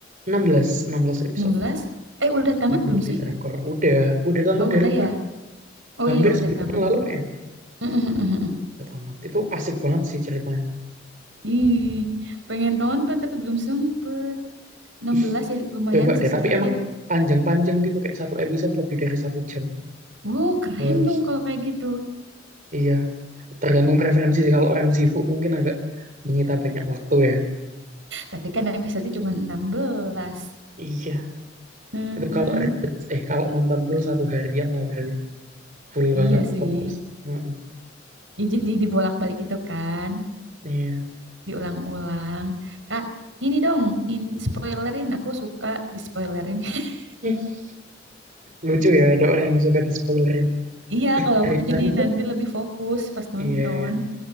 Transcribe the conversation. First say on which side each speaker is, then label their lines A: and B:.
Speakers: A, on the right; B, on the right.
A: enam belas enam belas episode.
B: 16? Eh, udah tamat
A: Normally
B: belum sih?
A: Drakor. Udah, udah tamat
B: Oh,
A: dari
B: udah ya? Oh
A: hampir
B: iya, udah
A: sebulan
B: tamat.
A: yang lalu kayaknya
B: Mm-mm-mm-mm.
A: udah tamat itu asik banget sih ceritanya
B: Ih, pengen nonton tapi belum sempet. 16
A: ih
B: sih, lumayan
A: coba
B: sih
A: deh
B: sedikit.
A: tapi emang panjang-panjang gitu kayak satu episode lebih dari satu jam
B: Wow, keren
A: terus
B: dong kalau kayak gitu.
A: iya tergantung preferensi sih kalau orang sibuk mungkin agak menyita banyak waktu ya
B: Tapi kan episode cuma 16.
A: iya
B: Heeh.
A: itu kalau eh kalau nonton full satu harian lah berarti full
B: Iya
A: banget
B: sih.
A: fokus Heeh.
B: Ya, jadi dibolak-balik itu kan.
A: iya
B: diulang-ulang. Kak, ini dong, in spoilerin. Aku suka di spoilerin. <laughs>
A: Ih, lucu ya ada orang yang suka di spoilerin
B: Iya,
A: eh
B: kalau aku
A: ceritanya
B: tuh jadi nanti
A: tuh
B: lebih fokus pas nonton.
A: iya iya